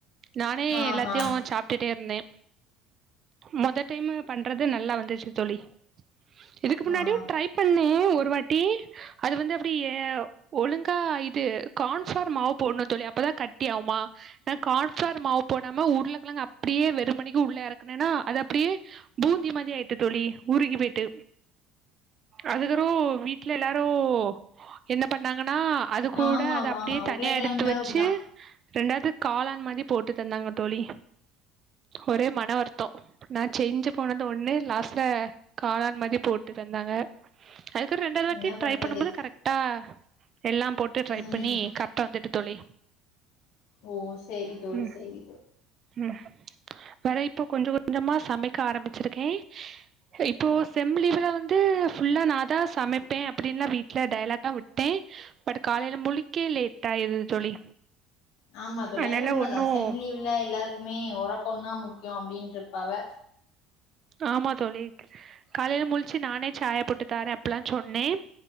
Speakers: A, on the right; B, on the left.
A: நானே
B: ஆஹா
A: எல்லாத்தையு சாப் டுட்டே இருந்தே மொத டைமு பண்றது நல்லா வந்துச்சு தோழி இதுக்கு முன்னாடியு
B: ஆ
A: ட்ரை பண்ணே ஒரு வாட்டி அது வந்து அப்டி ஏ ஒழுங்கா இது கார்ன்ஃபிளார் மாவு போட்ணு தோழி அப்பதா கட்டி ஆவுமா நா கார்ன்ஃபிளார் மாவு போடாம உர்ளக்கெழங்க அப்டியே வெறுமணிக்கு உள்ள எறக்குனனா அது அப்டியே பூந்தி மாதிரி ஆயிட்டு தோழி உருகி போயிட்டு அதுக்கற வீட்ல எல்லாரு என்ன பண்ணாங்கனா அது கூட
B: ஆமாவா
A: அத அப்டியே
B: உருளைக்கிழங்கு
A: தனியா எடுத்து வச்சு
B: அப்டிதா
A: ரெண்டாது காளான் மாரி போட்டு தந்தாங்க தோழி ஒரே மன வருத்தோ நா செஞ்சு போனது ஒன்னு லாஸ்ட்ல காளான் மாரி போட்டு தந்தாங்க அதுக்கற ரெண்டாது ட்டி
B: என்ன
A: ட்ரை
B: பண்றது
A: பண்ணும்போது கரெக்டா எல்லா போட்டு ட்ரை
B: ம்
A: பண்ணி கரெக்டா வந்துட்டு தோழி
B: ஓ சேரி தோழி
A: ம்
B: சேரி
A: ம் வேற இப்போ கொஞ்ச கொஞ்சமா சமைக்க ஆரம்பிச்சிருக்கே இப்போ செம் லீவுல வந்து ஃபுல்லா நா தா சமைப்பே ல்ல வீட்ல டயலாக் தா விட்டே பட் காலைல முழிக்க லேட் ஆயிருது தோழி
B: ஆமா தோழி
A: அதனால
B: அது உண்ம
A: ஒன்னு
B: தா செம் லீவுல எல்லாருக்குமே உறக்கோந்தா முக்கியோ அப்டின் இருப்பாவ
A: ஆமா தோழி காலைல முழிச்சு நானே சாய போட்டு தாரே அப்புல்லா சொன்னே